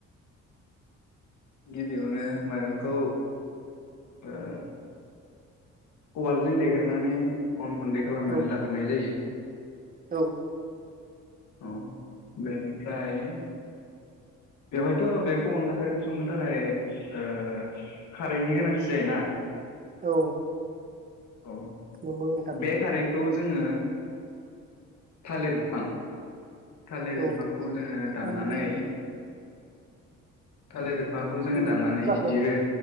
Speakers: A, on the left; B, on the right.
A: गिबियावनो माइरंखौ ओ उवालजों देगोरनानै गुन्दै खालामनानै
B: औ
A: लाग्रोनाय जायो
B: औ
A: औ बेनिफ्राय बेवहायथ' बेखौ अनला खारैखौ संनो थाखाय ओ खारैनि गोनांथि जायोना
B: औ
A: अ
B: नंगौ नोंथां
A: बेखारैख खौ जोङो थालिर बिफां थालिर
B: औ
A: बिफांखौ जोङो दाननानै
B: थालिर
A: थालिर बिफांखौ जोङो
B: बिनि
A: दाननानै
B: फस्लाखौ
A: जिरो